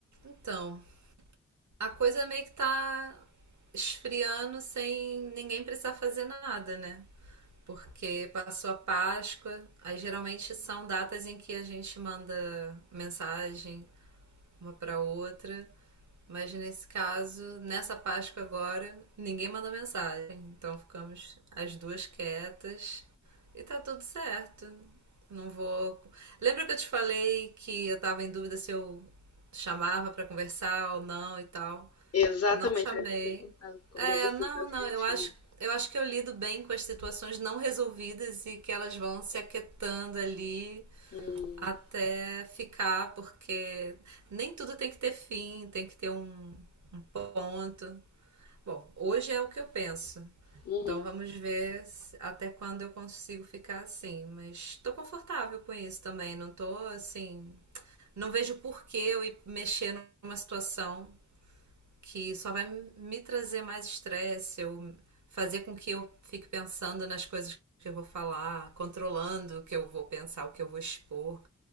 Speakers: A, on the right; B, on the left.
A: Então, a coisa meio que tá esfriando sem ninguém precisar fazer nada, né? Porque passou a Páscoa, aí geralmente são datas em que a gente manda mensagem uma pra outra, mas nesse caso, nessa Páscoa agora, ninguém manda mensagem, então ficamos as duas quietas e tá tudo certo. Não vou. Lembra que eu te falei que eu tava em dúvida se eu chamava pra conversar ou não e tal?
B: Exatamente,
A: Não chamei.
B: eu ia te perguntar como
A: É,
B: você
A: não,
B: está sentindo.
A: não, eu acho, eu acho que eu lido bem com as situações não resolvidas e que elas vão se aquietando ali
B: Hum,
A: até ficar, porque nem tudo tem que ter fim, tem que ter um ponto. Bom, hoje é o que eu penso.
B: uhum.
A: Então vamos ver se- até quando eu consigo ficar assim, mas tô confortável com isso também, não tô assim, não vejo por que eu ir mexer numa situação que só vai me trazer mais estresse, eu fazer com que eu fique pensando nas coisas que eu vou falar, controlando o que eu vou pensar, o que eu vou expor.